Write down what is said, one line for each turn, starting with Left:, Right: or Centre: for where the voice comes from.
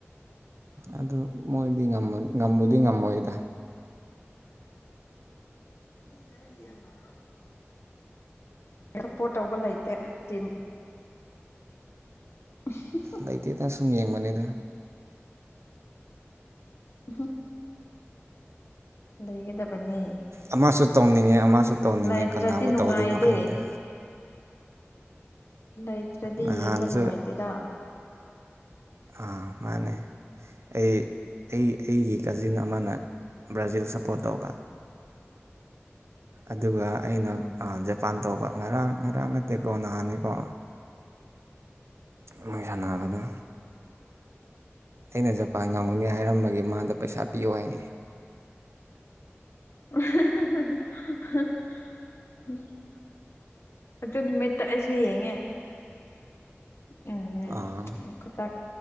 Right: ꯑꯗꯨ ꯃꯣꯏꯗꯤ ꯉꯕꯨꯗꯤ ꯉꯝꯃꯣꯏꯗ
Left: <unintelligible> <inaudible> ꯁꯄꯣꯔꯠ ꯇꯧꯕ ꯂꯩꯇꯦ ꯇꯤꯝ <unintelligible>
Right: ꯂꯩꯇꯦꯗ ꯁꯨꯝ ꯌꯦꯡꯕꯅꯤꯗ
Left: ꯎꯝ ꯍꯝ ꯂꯩꯒꯗꯝ ꯕꯅꯤ
Right: ꯑꯃꯁꯨ ꯇꯧꯅꯤꯡꯉꯦ ꯑꯃꯁꯨ ꯇꯧꯅꯤꯡꯉꯦ
Left: ꯂꯩꯇ꯭ꯔꯗꯤ
Right: ꯀꯅꯥꯕꯨ
Left: ꯅꯨꯡꯉꯥꯏꯗꯦ
Right: ꯇꯧꯗꯣꯏꯅꯣ ꯈꯪꯗꯦ
Left: ꯂꯩꯇ꯭ꯔꯗꯤ
Right: ꯅꯍꯥꯟꯁꯨ
Left: ꯌꯦꯡꯕ ꯅꯨꯡꯉꯥꯏꯇꯦꯗ
Right: ꯑꯥ ꯃꯥꯅꯦ ꯑꯩ ꯑꯩ ꯑꯩꯒꯤ ꯀꯖꯤꯟ ꯑꯃꯅ ꯕ꯭ꯔꯥꯖꯤꯜ ꯁꯞꯄꯣꯔꯠ ꯇꯧꯕ ꯑꯗꯨꯒ ꯑꯩꯅ
Left: ꯎꯝ
Right: ꯑ ꯖꯥ ꯄꯥꯟꯇꯧꯕ ꯉꯔꯥꯡ ꯉꯔꯥꯡ ꯅꯠꯇꯦꯀꯣ ꯅꯍꯥꯟꯅ‌‌ꯦꯀꯣ ꯃꯣꯏ ꯁꯥꯟꯅꯕꯗ ꯑꯩꯅ ꯖꯄꯥꯟ ꯉꯝꯒꯨꯅꯤ ꯍꯥꯏꯔꯃꯒꯦ ꯃꯥꯗ ꯄꯩꯁꯥ ꯄꯤꯌꯣ ꯍꯥꯏ
Left: <unintelligible> ꯑꯗꯨ ꯅꯨꯃꯤꯠꯇ ꯑꯩꯁꯨ ꯌꯦꯡꯉꯦ ꯎꯝ
Right: ꯑꯥ
Left: ꯈꯨꯗꯛ